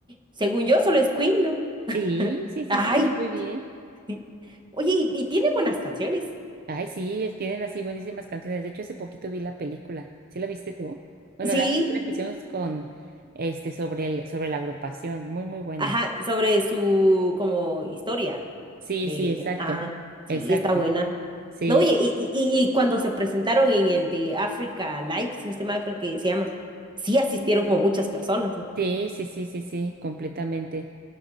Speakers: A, on the right; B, on the right.
A: según yo solo es Queen, ¿no?
B: Sí,
A: <laughs>
B: sí, sí,
A: Ay,
B: sí, muy bien.
A: sí. oye, y, y tiene buenas canciones.
B: Ay, sí, es- tienen así buenísimas canciones. De hecho, hace poquito vi la película. ¿Sí la viste tú? Bueno,
A: Sí,
B: la película que hicimos con este sobre el, sobre la agrupación, muy, muy buena.
A: ajá, sobre su como historia
B: Sí,
A: de,
B: sí, exacto.
A: ah, sí,
B: Exacto.
A: está buena.
B: Sí,
A: No, y, y, y- y cuando se presentaron en el de Africa Live, si no estoy mal, creo que se llama, sí asistieron como muchas personas, ¿no?
B: sí, sí, sí, sí, sí, completamente.